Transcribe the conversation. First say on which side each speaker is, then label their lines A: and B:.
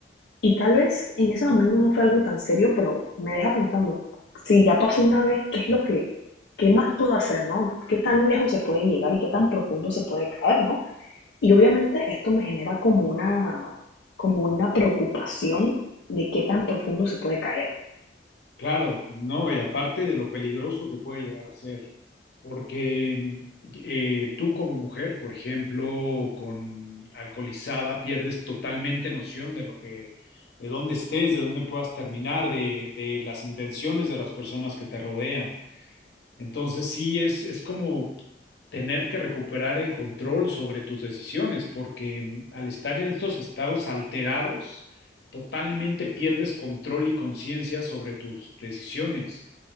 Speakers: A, on the left (about 80°); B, on the left (about 65°).
A: Y tal vez en ese momento no fue algo tan serio, pero me deja pensando, si ya pasó una vez, ¿qué es lo que, qué más puedo hacer, no? ¿Qué tan lejos se puede llegar y qué tan profundo se puede caer, no? Y obviamente esto me genera como una, como una preocupación de qué tan profundo se puede caer.
B: Claro, no, y aparte de lo peligroso que puede llegar a ser, porque eh, tú como mujer, por ejemplo, con alcoholizada, pierdes totalmente noción de lo que, de dónde estés, de dónde puedas terminar, de, de las intenciones de las personas que te rodean. Entonces sí, es, es como tener que recuperar el control sobre tus decisiones, porque mm, al estar en estos estados alterados, totalmente pierdes control y conciencia sobre tus decisiones.